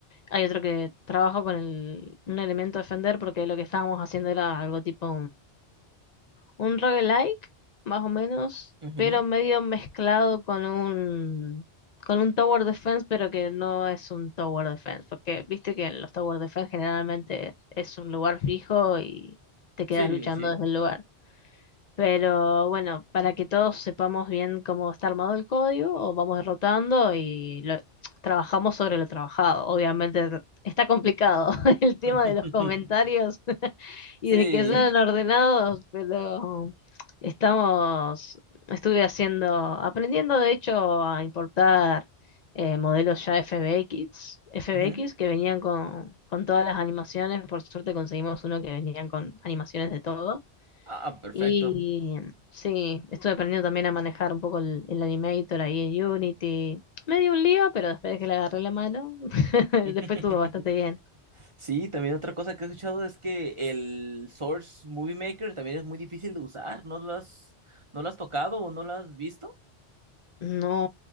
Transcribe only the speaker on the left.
hay otro que trabaja con el, un elemento de Fender porque lo que estábamos haciendo era algo tipo un roguelike, más o menos,
pero medio mezclado con un con un tower defense, pero que no es un tower defense, porque viste que en los tower defense generalmente es un lugar fijo y te quedas
luchando
desde el lugar. Pero bueno, para que todos sepamos bien cómo está armado el código, o vamos derrotando y lo- trabajamos sobre lo trabajado. Obviamente está complicado <laughs> el tema
de los comentarios y
de que son ordenados, pero estamos, estuve haciendo, aprendiendo de hecho a importar eh, modelos ya FBX, FBX
que venían con, con todas las animaciones, por suerte conseguimos uno que venían con animaciones de todo.
Y sí, estuve aprendiendo también a manejar un poco el, el Animator ahí en Unity. Me dio un lío, pero después de que le agarré la mano, <laughs> después
estuvo bastante bien.
No,